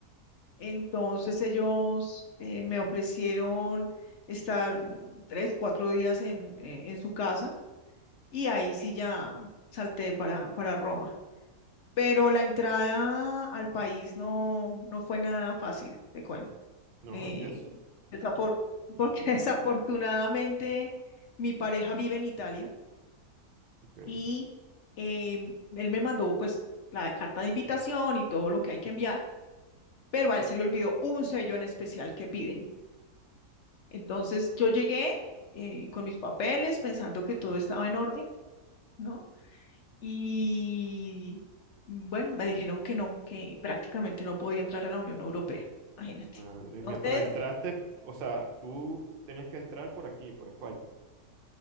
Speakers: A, on the left (about 60°); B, on the right (about 50°).
A: entonces ellos eh, me ofrecieron estar mm, tres, cuatro días en, eh, en su casa y ahí sí ya salté para, para Roma. Pero la entrada al país no, no fue nada fácil, te cuento.
B: No,
A: Eh,
B: y eso.
A: desafor- <laughs> porque desafortunadamente mi pareja vive en Italia.
B: Ok.
A: y em, él me mandó pues la carta de invitación y todo lo que hay que enviar, pero a él se le olvidó un sello en especial que piden. Entonces yo llegué eh, con mis papeles pensando que todo estaba en orden, ¿no? Y mm, bueno, me dijeron que no, que prácticamente no podía entrar a la Unión Europea, imagínate.
B: Madre
A: Entonces,
B: mía. Pero entraste, o sea, tú tenías que entrar por aquí, por España.